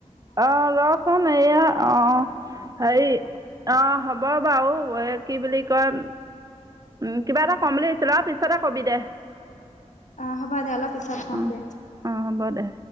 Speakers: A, on the right; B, on the left.
A: আহ ৰচোন এইয়া অ। হেৰি অ হ'ব বাৰু এই কি বুলি কয় উম কিবা এটা কম বুলি ভাবিছিলো আৰু পিছতে কবি দে।
B: আহ হ'বা দে অলপ পিছত কম
A: অ'
B: দে।
A: অ' হ'ব দে